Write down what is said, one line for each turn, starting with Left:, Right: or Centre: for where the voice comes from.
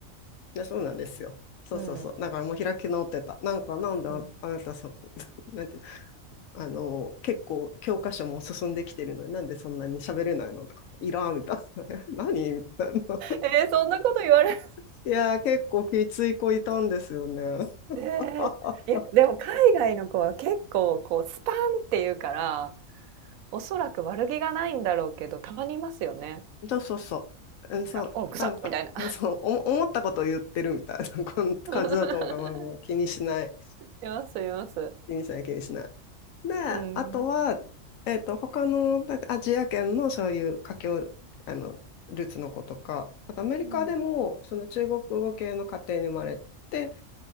Left: いや、そうなんですよ。そうそうそう。
Right: うん。
Left: だからもう開き直ってた。なんか、なんであ、
Right: うん。
Left: あなた、そう、<laughs> なんていうの、あの、結構教科書も進んできてるのに、なんでそんなに喋れないのとか、いらんみたいな。<laughs> 何みたいな。
Right: えーそんなこと言われる。
Left: <laughs> いやー、結構きつい子いたんですよね。<laughs>
Right: えーいや、でも海外の子は結構こうスパンって言うから、おそらく悪気がないんだろうけど、たまにいますよね。
Left: そうそうそう。うんそう、
Right: なんか、おう、くさっみたいな。
Left: なんか、うんそう、おも思ったことを言ってるみたいな <laughs> こん感じだと思うから、
Right: <laughs>
Left: まあ、もう気にしない。
Right: います、います。
Left: ユニさんや気にしない。で、
Right: うん。
Left: あとは、えっと、他のだアジア圏のそういう華僑、あの、ルーツの子とか、あとアメリカでも、
Right: うん。
Left: その中国語系の家庭に生まれて、